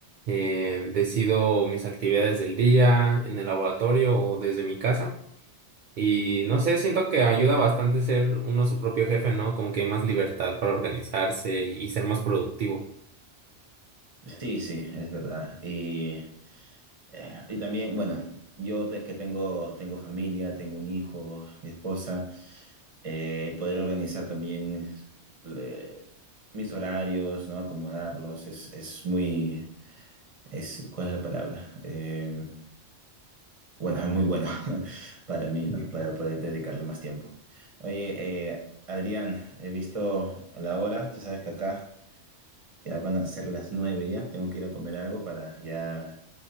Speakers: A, on the right (about 60°); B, on the right (about 30°).
A: eh, decido mis actividades del día en el laboratorio o desde mi casa. Y no sé, siento que ayuda bastante ser uno su propio jefe, ¿no? Como que hay más libertad para organizarse y ser más productivo.
B: sí, sí, es verdad. Y, eh, y también, bueno, yo te- que tengo, tengo familia, tengo un hijo, mi esposa. eh, el poder organizar también le- mis horarios, ¿no? Acomodarlos, es, es muy, es, ¿cuál es la palabra? Eh, bueno, <laughs> es muy bueno <laughs> para mí, ¿no?
A: Sí, claro.
B: Para poder dedicarle más tiempo. Oye, eh, Adrián, he visto la hora, tú sabes que acá ya van a ser las nueve ya, tengo que ir a comer algo para ya